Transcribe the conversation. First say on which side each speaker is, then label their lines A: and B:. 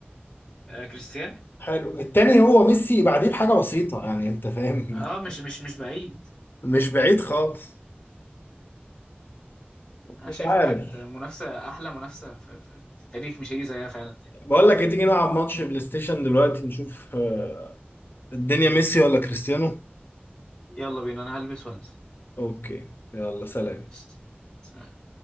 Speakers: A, on the left (about 20°); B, on the left (about 60°).
A: آه كريستيان
B: حلو التاني هو ميسي بعديه بحاجه بسيطه يعني انت فاهم
A: اه مش مش مش بعيد
B: <laughs> مش بعيد خالص
A: انا
B: مش
A: شايفها
B: عارف
A: كانت منافسة احلى منافسة في, في, في التاريخ مش هيجي زيها فعلا تاني
B: بقول لك ايه تيجي نلعب ماتش بلاي ستيشن دلوقتي نشوف آه، الدنيا ميسي ولا كريستيانو
A: يلا بينا انا هلبس وانسى
B: اوكي يلا سلام
A: قشطة. سلام.